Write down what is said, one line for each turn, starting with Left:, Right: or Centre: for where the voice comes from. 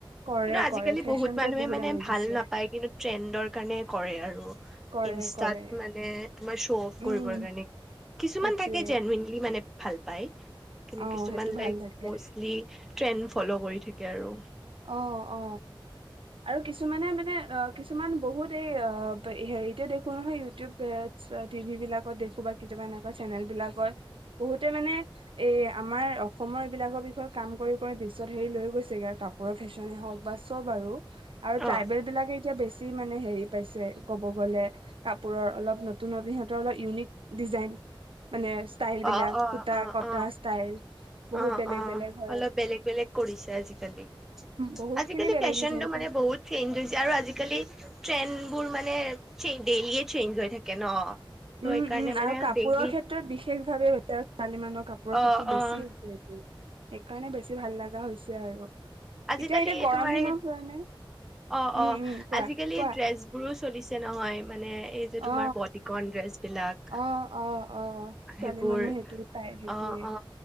Right: কৰে
Centre: কিন্ত আজিকালি
Right: কৰে ফেশ্বনটোৱে
Centre: বহুত মানুহে মানে
Right: আনি
Centre: ভাল
Right: দিছে
Centre: নাপায় কিন্তু ট্ৰেন্ডৰ কাৰণ কৰে আৰু
Right: কৰে
Centre: ইনষ্টাত
Right: কৰে
Centre: মানে তোমাৰ শ্ব অ
Right: উম
Centre: কিছুমান
Right: সেইটোৱে
Centre: থাকে জেনেলি মানে ভাল পায়। কিন্তু
Right: অ
Centre: কিছুমান
Right: সেইটো ভাল
Centre: লাইক
Right: লাগে
Centre: মষ্টলি ট্ৰেণ্ড ফ'ল' কৰি থাকে আৰু
Right: অ অ আৰু কিছুমানে মানে অ কিছুমান বহুত এই হেৰিতে দেখো নহয় ইউটিউব টিভি বিলাকত দেখো বা কিছুাবা এনেকুৱা চেনেল বিলাকত বহুতে মানে এই আমাৰ অসমৰ এইবিলাকৰ বিষয়ে কাম কৰি কৰি বিশ্বত হেৰি লৈ গৈছেগৈ আৰু কাক কাপোৰ ফেশ্বনে হওক বা চব আৰু আৰু ট্ৰাইবেল
Centre: অ।
Right: বিলাকে এতিয়া বেছি মানে হেৰি পাইছে ক'ব গলে কাপোৰৰ অলপ নতুন নতুন সিহঁতৰ অলপ ইউনিক ডিজাইন। মানে ষ্টাইল বিলাক
Centre: অ', অ',
Right: সূতা
Centre: অ',
Right: কটা
Centre: অ'।
Right: ষ্টাইল বহুত
Centre: অ',
Right: বেলেগ
Centre: অ',
Right: বেলেগ হয়
Centre: অলপ
Right: আৰু
Centre: বেলেগ বেলেগ কৰিছে আজিকালি।
Right: বহুত
Centre: আজিকালি
Right: খিনি বেলেগ
Centre: ফেশ্বনতটো
Right: হৈছে সিহঁতৰ
Centre: মানে বহুত চেঞ্জ হৈছে আৰু আজিকালি ট্ৰেন বোৰ মানে চ ডেইলিয় চেঞ্জ হৈ থাকে ন ত'
Right: উম,
Centre: সেইকাৰণে
Right: উম, আৰু
Centre: মানে
Right: কাপোৰৰ
Centre: ডেইলি
Right: ক্ষেত্ৰত বিশেষ ভাবে হৈছে আৰু ছোৱালী মানুৰ কাপোৰৰ
Centre: অ',
Right: ক্ষেত্ৰত
Centre: অ',
Right: বেছি হৈছেটো। সেইকাৰণে বেছি ভাল লগা হৈছে আৰু।
Centre: আজিকালি
Right: এতিয়া এতিয়া গৰম
Centre: তোমাৰ
Right: দিনৰ
Centre: এই অ',
Right: কাৰণে উম
Centre: অ',
Right: উম কোৱা
Centre: আজিকালি
Right: কোৱা
Centre: ড্ৰেচ বোৰো চলিছে নহয় মানে এই যে তোমাৰ
Right: অ
Centre: বডী কণ ড্ৰেছ বিলাক
Right: অ', অ', অ', ছোৱালী
Centre: সেইবোৰ
Right: মানুহ সেইটো পাই সেইটোয়ে
Centre: অ অ